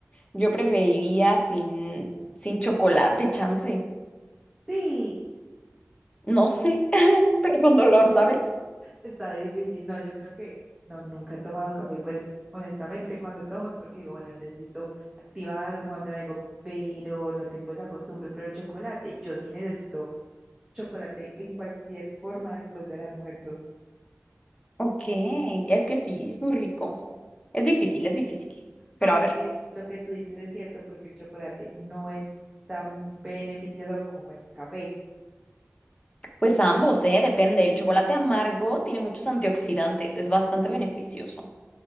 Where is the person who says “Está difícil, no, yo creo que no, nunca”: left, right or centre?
Right